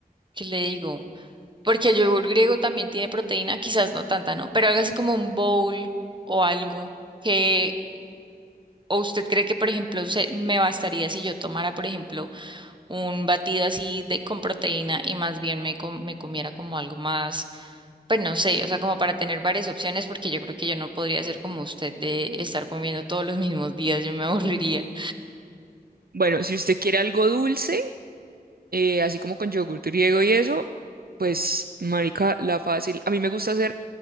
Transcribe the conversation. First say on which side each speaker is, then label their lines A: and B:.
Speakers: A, on the right; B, on the right.
A: ¿qué le digo? Porque el yogur griego también tiene proteína, quizás no tanta, ¿no? Pero algo así como un bowl o algo que, o usted cree que, por ejemplo, se, me bastaría si yo tomara, por ejemplo, un batido así de con proteína y más bien me, com- me comiera como algo más. Pues no sé, o sea, como para tener varias opciones, porque yo creo que yo no podría ser como usted de estar comiendo todos los mismos días, yo me <laughs> aburriría.
B: bueno, si usted quiere algo dulce, eh, así como con yogur griego y eso, pues, marica, la fácil. A mí me gusta hacer.